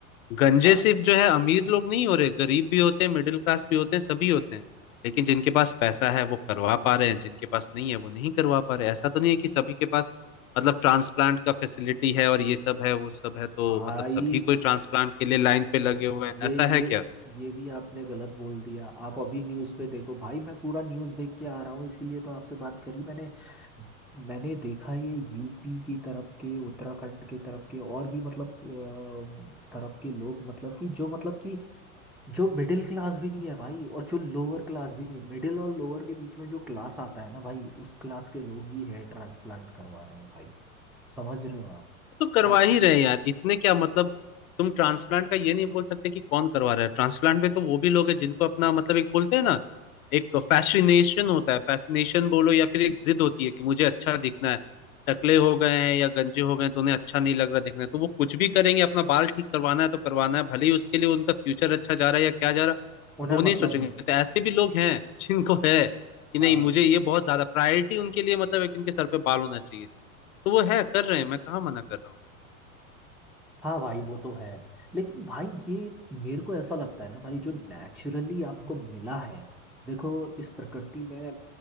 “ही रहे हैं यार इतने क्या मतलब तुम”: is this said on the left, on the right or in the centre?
Left